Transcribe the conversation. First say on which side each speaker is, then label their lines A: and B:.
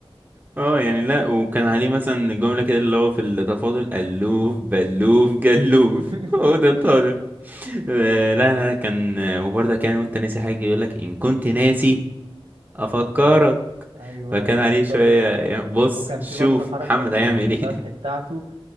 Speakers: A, on the right; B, on the right.
A: اه يعني لا وكان عليه مثلا جملة كده اللي هو في التفاضل ألوف بلوف جلوف
B: <laughs>
A: <laughs> هو ده الطالب آه، لا لا لا، كان آه، وبرضك يعني وانت ناسي حاجة يقولك إن كنت ناسي أفكرك
B: افكرك ايوه
A: فكان
B: بالظبط
A: عليه شوية يعني بص
B: وكان
A: شوف
B: في برضه حركه
A: محمد
B: في
A: هيعمل
B: الشرح
A: ايه
B: بتاعته